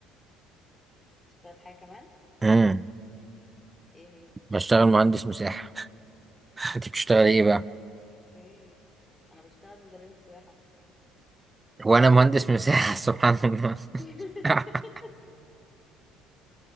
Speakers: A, on the left (about 20°); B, on the right (about 20°).
A: بتشتغل حاجه كمان
B: امم
A: ايه هي
B: بشتغل مهندس مساحه <laughs> انت بتشتغل ايه بقى
A: اوكي انا بشتغل مدربه سباحه
B: وانا مهندس مساحه <laughs> سبحان الله
A: <laughs>
B: <laughs>